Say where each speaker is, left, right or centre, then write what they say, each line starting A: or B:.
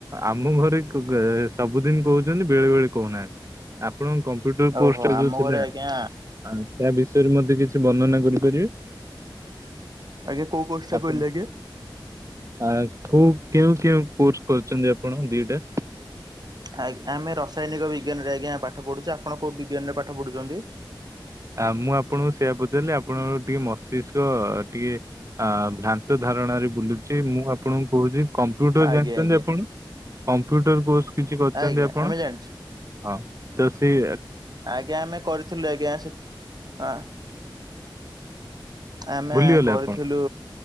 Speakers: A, on the right; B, on the right.
A: ଆମ ଘରେ ଖ ଗ ସବୁଦିନ କହୁଛନ୍ତି ବେଳେ ବେଳେ କହୁନାହାନ୍ତି। ଆପଣଙ୍କ କମ୍ପ୍ୟୁଟର କୋର୍ସ
B: ଓହୋ
A: ଟା
B: ଆମ
A: ଯୋଉ ଥିଲା
B: ଘରେ ଆଜ୍ଞା
A: ଆ ତା ବିଷୟରେ ମତେ କିଛି ବର୍ଣ୍ଣନା କରିପାରିବେ?
B: ଆଜ୍ଞା କୋଉ କୋର୍ସ ଟା
A: ଆପଣ
B: କହିଲେ ଆଜ୍ଞା?
A: ଆ କୋଉ କେଉଁ କେଉଁ କୋର୍ସ କରିଛନ୍ତି ଆପଣ ଦିଟା?
B: ଆଜ୍ଞ ଆମେ ରସାୟନିକ ବିଜ୍ଞାନରେ ଆଜ୍ଞା ପାଠ ପଢ଼ୁଚୁ, ଆପଣ କୋଉ ବିଜ୍ଞାନରେ ପାଠ ପଢ଼ୁଛନ୍ତି?
A: ଆ ମୁଁ ଆପଣଙ୍କୁ ସେଇଆା ପଚାରିଲି, ଆପଣଙ୍କର ଟିକେ ମସ୍ତିଷ୍କ ଟିକେ ଅ ଭ୍ରା ନ୍ତ ଧାରଣାରେ ବୁଲୁଛି ମୁଁ ଆପଣଙ୍କୁ କହୁଛି କମ୍ପ୍ୟୁଟର
B: ଆଜ୍ଞା
A: ଜାଣିଛନ୍ତି
B: ଆଜ୍ଞା
A: ଆପଣ? କମ୍ପ୍ୟୁଟର କୋର୍ସ କିଛି କରିଛନ୍ତି
B: ଆଜ୍ଞା
A: ଆପଣ
B: ଆମେ ଜାଣିଛୁ
A: ହଁ ତ ସିଏ
B: ଆଜ୍ଞା ଆମେ କରିଥିଲୁ ଆଜ୍ଞା ସେଥ ହଁ। ଆମେ
A: ଭୁଲିଗଲେ
B: କରିଥିଲୁ
A: ଆପଣ?